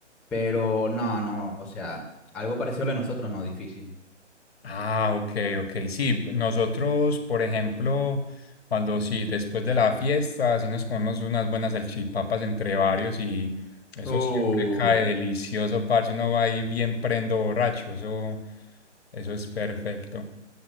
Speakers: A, in the centre; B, on the left (about 55°).
A: Pero no, no, o sea, algo parecido a lo de nosotros, no, difícil.
B: Ah, ok, ok. Sí, nosotros, por ejemplo, cuando sí, después de la fiesta, sí nos comemos unas buenas salchipapas entre varios y eso
A: Uh,
B: siempre cae delicioso, parce. Uno va ahí bien prendo borracho, eso, eso es perfecto.